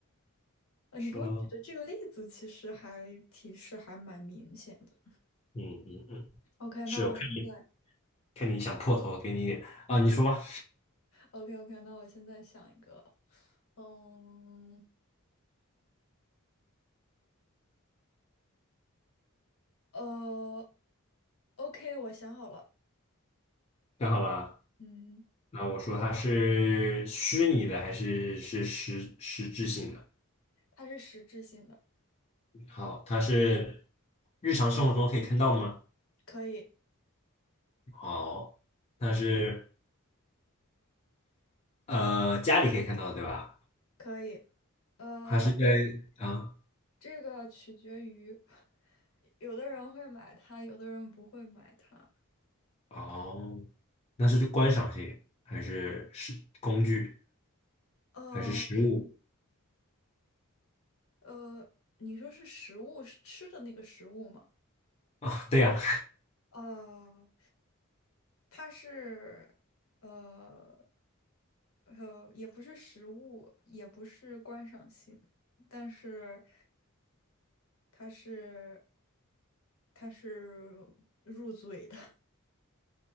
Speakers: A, on the left; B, on the left.
A: 呃，你给我举的这个例子其实还提示还蛮明显的。
B: 说嗯嗯嗯，
A: OK，
B: 是我看你
A: 那我现在
B: 看你想破头，给你一点啊，你说吧，
A: OK OK，那我现在想一个，嗯呃，OK，我想好了，
B: 看好了。
A: 嗯，
B: 那我说它是虚拟的还是是实实质性的？
A: 它是实质性的，
B: 好，它是日常生活中可以看到的吗？
A: 可以
B: 好，它是呃家里可以看到的，对吧？
A: 可以，呃，
B: 还是在啊？
A: 这个取决于有的人会买它，有的人不会买它。
B: 哦，那是就观赏性，还是是工具，
A: 呃，
B: 还是食物
A: 呃，你说是食物，是吃的那个食物吗？
B: 啊？对呀、
A: 呃，它是呃呃，也不是食物，也不是观赏性，但是它是它是入嘴的，